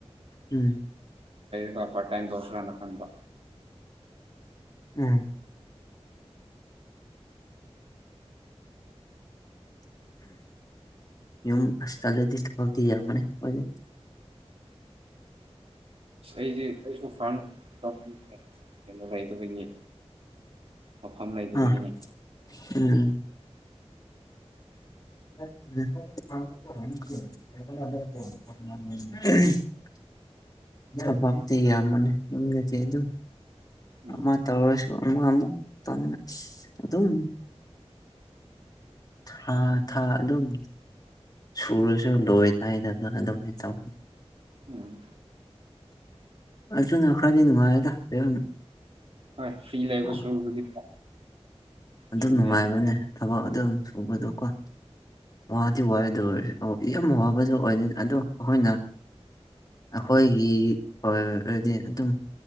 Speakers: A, on the left; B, on the right.
A: ꯎꯝ
B: ꯀ ꯄ ꯇꯥꯏ ꯇꯣꯁ꯭ꯔꯅ ꯐꯟꯄ
A: ꯎꯝ ꯌꯨꯝ ꯑꯁꯇꯥꯗꯤ ꯊꯄꯗꯤ ꯌꯥ ꯃ ꯀꯣꯏ
B: ꯑꯩꯗꯤ ꯑꯩꯁꯨ ꯐꯥ ꯀꯩꯅꯣ ꯂꯩꯗꯒꯤ ꯃꯐꯝ ꯂꯩꯇꯕꯒꯤꯅꯦ
A: ꯑ ꯎꯝ <unintelligible> <unintelligible> <unintelligible> ꯕꯗꯌꯥꯃꯟ ꯌꯦꯒ ꯆꯩꯗꯨ
B: ꯎꯝ
A: ꯑꯃ ꯇꯧꯔꯁꯨ ꯑꯃ ꯑꯃꯨꯛ ꯇꯧꯅꯤꯅ ꯑꯁ ꯑꯗꯨꯝ ꯍꯥꯥ ꯊꯥ ꯑꯗꯨꯝ ꯁꯨꯔ ꯁ ꯂꯣꯏ ꯇꯥꯏꯗꯗꯅ ꯑꯗꯨꯃꯥꯏ ꯇꯃ
B: ꯎꯝ
A: ꯑꯖꯨꯅ ꯑꯈ꯭ꯔꯥꯗꯤꯅꯅꯨꯡ ꯇꯔꯣ
B: ꯍꯣꯏ ꯐ꯭ꯔꯤ ꯂꯩꯕ
A: ꯎ
B: ꯁꯔꯨꯛꯄꯨꯗꯤ
A: ꯑꯗꯨꯝ
B: ꯐ꯭ꯔꯤ
A: ꯅꯨꯡꯉꯥꯏꯕꯅꯦ
B: ꯂꯩꯕ
A: ꯊꯕꯛ ꯑꯗꯨꯝ ꯁꯨꯕꯗꯣꯀꯣ ꯋꯥꯗꯤ ꯋꯥꯗꯣꯏꯔꯁꯦ ꯑꯣ ꯌꯥꯝ ꯋꯥꯕꯗꯨ ꯑꯣꯏꯅꯤꯅꯤ ꯑꯗꯣ ꯑꯩꯈꯣꯏꯅ ꯑꯩꯈꯣꯏꯒꯤ ꯍꯗꯤ ꯑꯗꯨꯝ